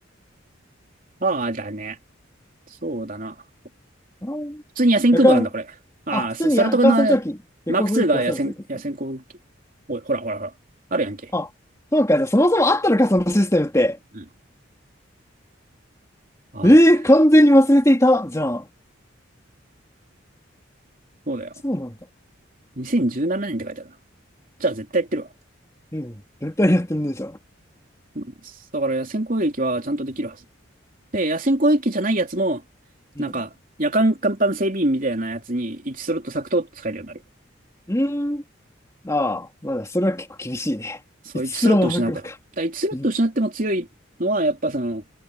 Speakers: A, on the right (about 45°); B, on the left (about 15°).
A: ああ、だね。そうだな。
B: ああ
A: 普通に野戦空母なんだ、
B: だから、
A: これ。ああ、
B: あ、普通に夜間戦闘機、
A: ササラトカのあれ、
B: 夜間攻撃機がそうですよ。
A: マーク2が野戦、野戦航空機。おい、ほらほらほら。あるやんけ。
B: あ、そうか、じゃあそもそもあったのか、そのシステムって。
A: うん。はい。
B: えー、完全に忘れていた。じゃあ、
A: そうだよ。
B: そうなんだ。
A: 2017年って書いてあるな。じゃあ絶対やってるわ。
B: うん、絶対やってるね、じゃあ。
A: うんだから野戦攻撃はちゃんとできるはず。で、野戦攻撃じゃないやつも、
B: うん。
A: なんか、夜間甲板整備員みたいなやつに1スロット削と使えるようになる。
B: うーん。ああ、まだ、それは結構厳しいね。
A: そう、
B: いつすらもなくのか。
A: 1スロット失うから。だから1スロット失っても強いのは、
B: うん。
A: やっぱその、